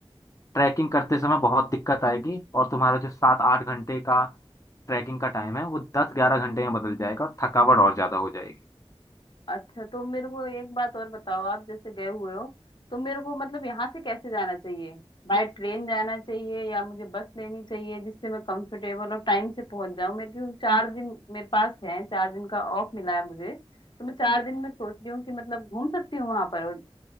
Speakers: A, on the left; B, on the left.
A: ट्रैकिंग करते समय बहुत दिक्कत आएगी और तुम्हारा जो सात आठ घंटे का ट्रैकिंग का टाइम है वो दस ग्यारह घंटे में बदल जाएगा और थकावट और ज्यादा हो जाएगी
B: अच्छा तो मेरे को एक बात और बताओ आप जैसे गए हुए हो तो मेरे को मतलब यहाँ से कैसे जाना चाहिए बाय ट्रेन जाना चाहिए या मुझे बस लेनी चाहिए जिससे मैं कंफर्टेबल और टाइम से पहुंच जाऊँ मेरे क्योंकि चार दिन मेरे पास है चार दिन का ऑफ मिला है मुझे तो मैं चार दिन में सोच रही हूँ कि मतलब घूम सकती हूँ वहां पर और